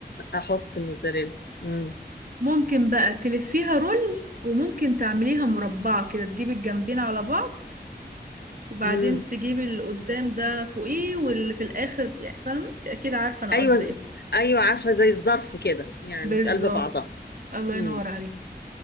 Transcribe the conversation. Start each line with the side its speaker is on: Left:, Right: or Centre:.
Left: احط موزاريلا مم.
Right: ممكن بقى تلفيها رول وممكن تعمليها مربعة كده تجيبي الجنبين على بعض وبعدين
Left: مم.
Right: تجيبي اللي قدام ده فوقيه واللي في الآخر يعني فاهمة انت أكيد عارفة أنا
Left: ايوه
Right: قصدي
Left: ز-
Right: ايه
Left: ايوه عارفه زي الظرف كده يعني
Right: بالظبط
Left: في قلب بعضها
Right: الله
Left: امم
Right: ينور عليك